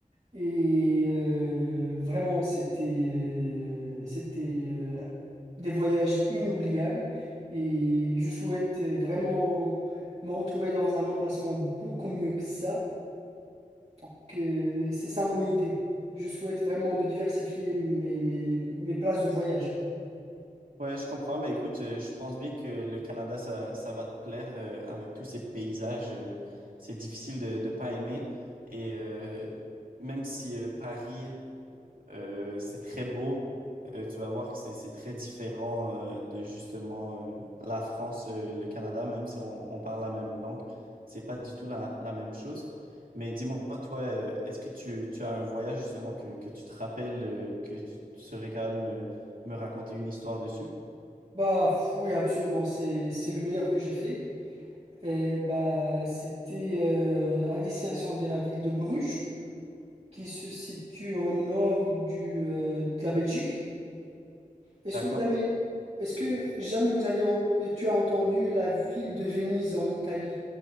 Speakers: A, on the right (about 45°); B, on the right (about 75°).
A: Et euh, vraiment, c'était euh, c'était euh, des voyages inoubliables. Et je souhaite euh, vraiment me retrouver dans un emplacement beaucoup mieux que ça. Donc, euh, c'est ça mon idée. Je souhaite vraiment de diversifier mes, mes, mes places de voyage.
B: Ouais, je comprends. Ben, écoute, euh, je pense bien que le Canada, ça, ça va te plaire euh, avec tous ces paysages. euh, c'est difficile de ne pas aimer. Et euh, même si euh, Paris, euh, c'est très beau, euh, tu vas voir que c'est, c'est très différent euh, de justement euh, la France, euh, le Canada, même si on, on parle la même langue, c'est pas du tout la, la même chose. Mais dis-moi, toi, euh, est-ce que tu, tu as un voyage justement que, que tu te rappelles, euh, que tu serais capable de me me raconter une histoire dessus?
A: Bah, oui, absolument. C'est, c'est le meilleur que j'ai fait. Et bah, c'était euh, à destination de la ville de Bruges, qui se situe au nord du, euh, de la Belgique. Est-ce
B: D'accord,
A: que jamais, est-ce que jamais vous avez, en- euh, tu as entendu la ville de Venise en Italie?